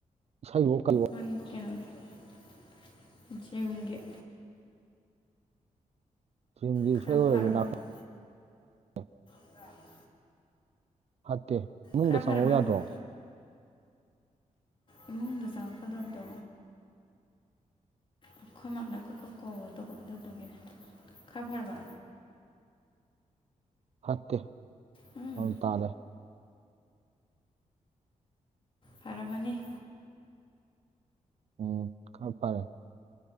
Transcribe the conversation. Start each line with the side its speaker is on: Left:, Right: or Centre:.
Right: ꯏꯁꯩꯕꫭ ꯀꯩꯋꫭ
Left: ꯍꯣꯏ ꯀꯩꯅꫭꯒꯤ ꯖꯤꯝꯒꯤ꯫
Right: ꯊꯤꯟꯒꯤ
Left: ꯈꯔ
Right: ꯏꯁꯩ
Left: ꯐꯔꯕ
Right: ꯑꯣꯏꯔꯁꯨ꯫
Left: ꯌꯦꯡꯉꯨ
Right: <inaudible>
Left: <inaudible>
Right: ꯐꯠꯇꯦ ꯃꯅꯨꯡꯗ
Left: ꯈꯔ
Right: ꯆꯪꯉꯧ
Left: ꯐꯔꯕ ꯌꯦꯡꯉꯨ
Right: ꯌꯥꯗ꯭ꯔꯣ꯫
Left: ꯏꯃꯨꯡꯗ ꯆꯪꯉꯛꯀꯗꯕꯗꯣ ꯑꯈꯣꯏ ꯃꯥꯅ ꯀꯣꯏꯀꯣꯏ ꯀꯧꯔꯗꯕ ꯗꯨꯒꯤꯅꯦ ꯈꯔ ꯐꯔꯕ꯫
Right: ꯐꯠꯇꯦ
Left: ꯎꯝ
Right: ꯑꯗꯨꯝ ꯇꯥꯂꯩ꯫
Left: ꯐꯔꯕꯅꯤ꯫
Right: ꯎꯝ ꯈꯔ ꯐꯔꯦ꯫